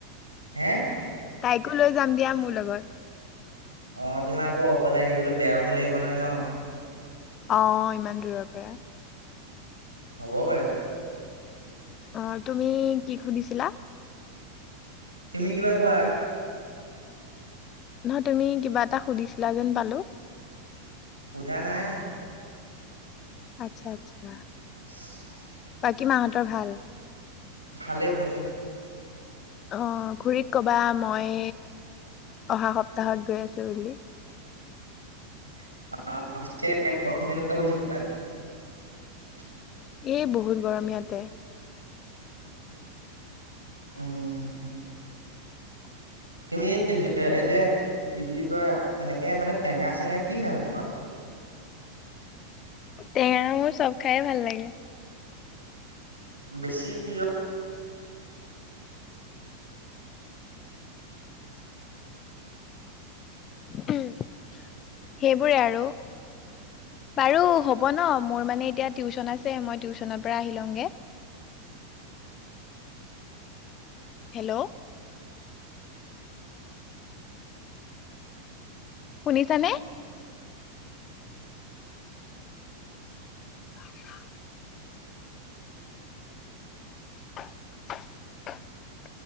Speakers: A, on the right; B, on the left.
A: হে
B: তাইকো লৈ যাম দিয়া মোৰ লগত।
A: অ তোমাৰ আকৌ অকলে আহিবলৈ বেয়াও লাগিব নহয় ন?
B: অ ইমান দূৰৰ পৰা
A: হ'ব বাৰু
B: অঁ, তুমি কি সুধিছিলা?
A: তুমি কিবা কোৱা?
B: নহয় তুমি কিবা এটা সুধিছিলা যেন পালো।
A: সোধা নাই।
B: আচ্ছা, আচ্ছা।
A: <inaudible>
B: বাকী মাহঁতৰ ভাল?
A: ভালে, ভালে।
B: আহ খুৰীক কবা মই অহা সপ্তাহত গৈ আছো বুলি।
A: <inaudible>
B: এই বহুত গৰম ইয়াতে। <inaudible>
A: উম, তুমি এই যে কি বুলি কয় এনেকে মানে টেঙা চেঙা কি খাই ভাল পোৱা?
B: <inaudible> টেঙা মোৰ চব খাই ভাল লাগে।
A: বেছি পিয়
B: সেইবোৰে আৰু বাৰু হ'ব ন মোৰ মানে এতিয়া টিউচন আছে মই টিউচনৰ পৰা আহি লওঁগে হেল্ল' শুনিছানে? অ <inaudible> <unintelligible>